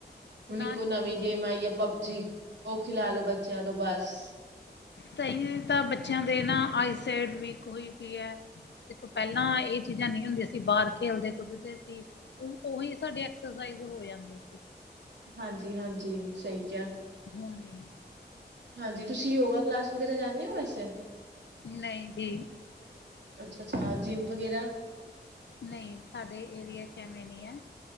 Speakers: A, on the right (about 80°); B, on the left (about 85°).
A: ਹੁਣ
B: ਨਾ
A: ਇੱਕੋ ਨਵੀਂ ਗੇ਼ਮ ਆਈ ਹੈ ਪਬ ਜੀ ਉਹ ਖਿਲਾ ਲੋ ਬੱਚਿਆਂ ਤੋਂ ਬਸ
B: ਤਾਹਿਉ ਤਾਂ ਬੱਚਿਆਂ ਦੇ ਨਾ ਆਈਸਾਈਡ ਵੀਕ ਹੋਈ ਪਈ ਹੈ ਦੇਖੋ ਪਹਿਲਾਂ ਇਹ ਚੀਜ਼ਾਂ ਨਹੀਂ ਹੁੰਦੀਆਂ ਸੀ ਬਾਹਰ ਖੇ਼ਲਦੇ ਕੁਦਦੇ ਸੀ ਉ ਉਹੀ ਸਾਡੇ ਐਕਸਰਸਾਈਜ਼ ਹੋ ਜਾਂਦੀ ਸੀ
A: ਹਾਂਜੀ ਹਾਂਜੀ ਸਹੀ ਕਿਹਾ
B: ਹੁਣ ਨੀ
A: ਹਾਂਜੀ ਤੁਸੀ ਯੋਗਾ ਕਲਾਸ ਵਗੈਰਾ ਜਾਂਣੇ ਹੋ ਵੈਸੇ
B: ਨਹੀਂ ਜੀ
A: ਅੱਛਾ ਅੱਛਾ ਜਿੰਮ ਵਗੈਰਾ
B: ਨਹੀਂ ਸਾਡੇ ਏਰੀਏ ਚ ਐਵੇਂ ਨਹੀਂ ਐ